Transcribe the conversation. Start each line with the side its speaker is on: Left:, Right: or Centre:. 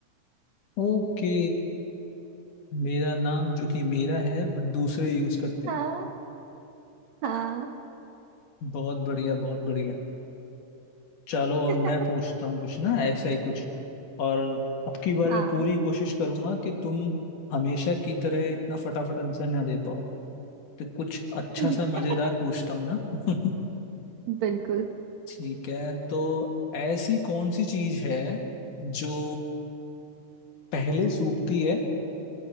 Left: ओके मेरा नाम जो कि मेरा है बट दूसरे यूज करते हैं
Right: <laughs> हाँ हाँ
Left: बहुत बढ़िया बहुत बढ़िया चलो अब
Right: <laughs>
Left: मैं पूछता हूँ कुछ ना ऐसा ही कुछ और अब की बार
Right: हाँ
Left: मैं पूरी कोशिश करूंगा कि तुम हमेशा की तरह इतना फटाफट आंसर ना दे पाओ तो कुछ अच्छा
Right: ठीक
Left: सा मजेदार
Right: है
Left: पूछता हूँ ना <laughs>
Right: बिल्कुल
Left: ठीक है तो ऐसी कौन सी चीज है जो पहले सूखती है